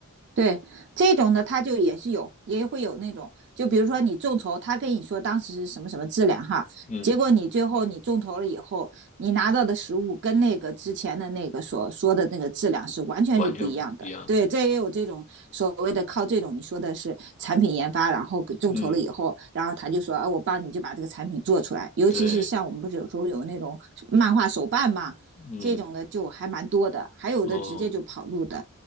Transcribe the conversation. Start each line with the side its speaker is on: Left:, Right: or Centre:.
Right: 对这种呢，它就也是有，也会有那种，就比如说你众筹，他跟你说当时是什么什么质量哈，
Left: 嗯，
Right: 结果你最后你众筹了以后，你拿到的实物跟那个之前的那个所说的那个质量是完全是不一样的。
Left: 完全不一样，
Right: 对，这也有这种所谓的靠这种你说的是产品研发，然后众筹了以后，
Left: 嗯，
Right: 然后他就说，啊，我帮你就把这个产品做出来。尤其是像我们不是有时候有那种漫画手办嘛，
Left: 对，嗯，
Right: 这种的就还蛮多的，还有的直接就跑路的。
Left: 哦，